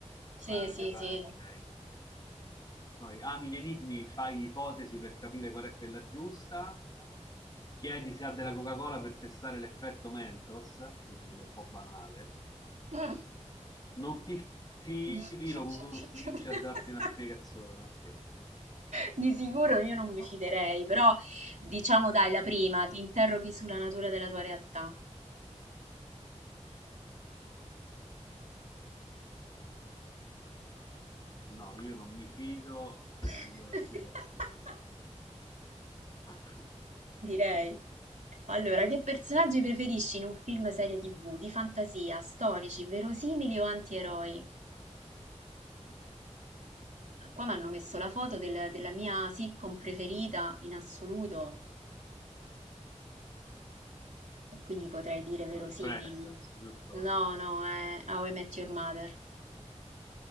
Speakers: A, on the left; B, on the right.
A: eh,
B: sì, sì, sì.
A: Ok. Poi ami gli enigmi, fai ipotesi per capire qual è quella giusta. Chiedi se ha della Coca-Cola per testare l'effetto Mentos, che sembra un po' banale.
B: Mm.
A: Non ti fidi,
B: <laughs>
A: lo costringe a darti una spiegazione. Una spiegazione.
B: Di sicuro io non
A: Bah.
B: mi fiderei, però diciamo dai, la prima, ti interroghi sulla natura della tua realtà.
A: No, io non mi fido e
B: <laughs>
A: voglio la spiegazione. <laughs>
B: Direi. Allora, che personaggi preferisci in un film serie TV? Di fantasia, storici, verosimili o antieroi? Ah, Qua mi hanno messo la foto del-
A: Mm,
B: della mia sitcom preferita in assoluto, e quindi potrei dire verosimili.
A: Dov'è? Friends, giusto?
B: No, no, è How I Met Your Mother.